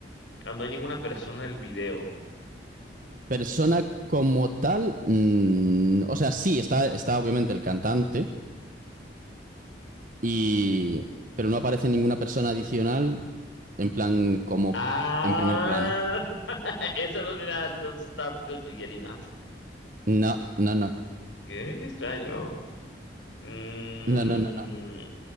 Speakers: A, on the left; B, on the right.
A: Ah, no hay ninguna persona en el video.
B: Persona como tal, mm, o sea, sí, está, está obviamente el cantante, y, pero no aparece ninguna persona adicional en plan como
A: Ah,
B: en primer plano.
A: <laughs> esa no será Don't Stop Till You Get Enough.
B: No, no, no,
A: Qué, qué extraño. Mm,
B: no, no, no,